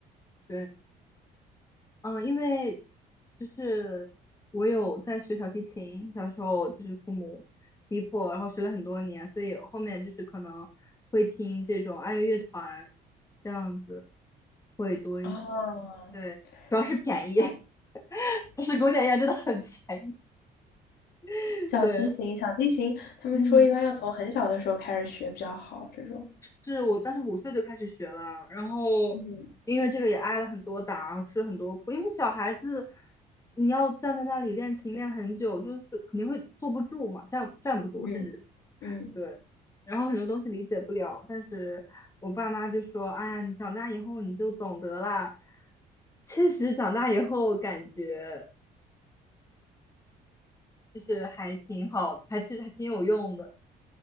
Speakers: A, on the left; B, on the left.
A: 对。嗯，因为就是我有在学小提琴，小时候就是父母逼迫，然后学了很多年，所以后面就是可能会听这种爱乐乐团这样子会多一些
B: 哦，
A: 对，主要是便宜，
B: 是吧？
A: <laughs> 就是古典乐真的很便宜。<laughs>
B: 小提琴，
A: 对，
B: 小提琴，他们说一般要从很小的时候开始学比较好，
A: 嗯。
B: 这种。
A: 是我当时五岁就开始学了，然后因为这个也挨了很多打，
B: 嗯
A: 然后吃了很多苦。因为小孩子，你要站在那里练琴练很久，就是肯定会坐不住嘛，站站不住，
B: 嗯
A: 甚至
B: 嗯，
A: 对。然后很多东西理解不了，但是我爸妈就说：“哎呀，你长大以后你就懂得啦。”其实，长大以后感觉就是还挺好的，还其实还挺有用的。